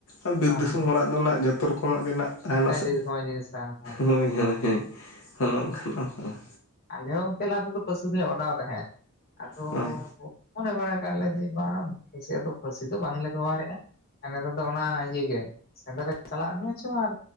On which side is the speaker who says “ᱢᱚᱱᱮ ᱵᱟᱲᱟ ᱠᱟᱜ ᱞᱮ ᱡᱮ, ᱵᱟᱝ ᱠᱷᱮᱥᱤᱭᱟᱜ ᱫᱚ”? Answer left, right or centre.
Left